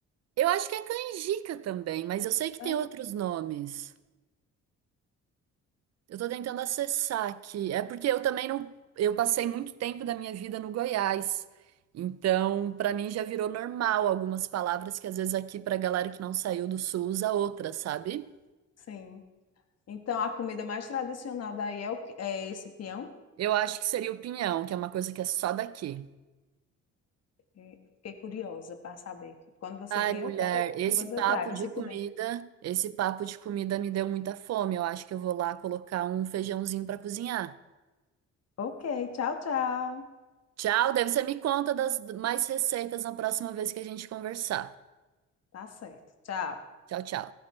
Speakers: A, on the right; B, on the left.
A: eu acho que é canjica também, mas eu sei que
B: Ah,
A: tem outros nomes. Eu tô tentando acessar aqui. É porque eu também não. Eu passei muito tempo da minha vida no Goiás. Então, pra mim já virou normal algumas palavras que às vezes aqui pra galera que não saiu do sul usa outra, sabe?
B: Sim. Então, a comida mais tradicional daí é, o, que- é esse peão?
A: Eu acho que seria o pinhão, que é uma coisa que é só daqui.
B: E Fiquei curiosa para saber. Quando você
A: Ai,
B: vier,
A: mulher,
B: eu quero
A: esse
B: que você
A: papo
B: traga,
A: de
B: se puder.
A: comida, esse papo de comida me deu muita fome. Eu acho que eu vou lá colocar um feijãozinho pra cozinhar.
B: Ok, tchau, tchau.
A: Tchau, deve ser me conta das mais receitas na próxima vez que a gente conversar.
B: Tá certo. Tchau.
A: Tchau, tchau.